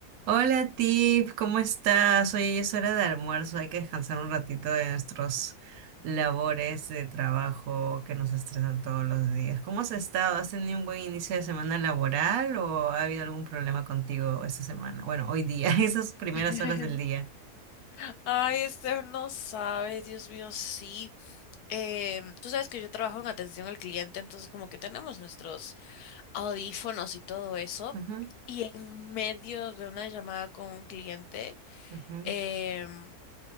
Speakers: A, on the right (about 75°); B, on the left (about 85°).
A: Hola Tip, ¿cómo estás? Oye, es hora de almuerzo, hay que descansar un ratito de nuestros labores de trabajo que nos estresan todos los días. ¿Cómo has estado? ¿Has tenido un buen inicio de semana laboral o ha habido algún problema contigo esta semana? Bueno, hoy día, <laughs> esas primeras
B: <laughs>
A: horas del día.
B: Ay, Esther, no sabes, Dios mío, sí. Em, tú sabes que yo trabajo en atención al cliente, entonces como que tenemos nuestros audífonos y todo eso.
A: Ujú,
B: Y en medio de una llamada con un cliente,
A: ujú,
B: em,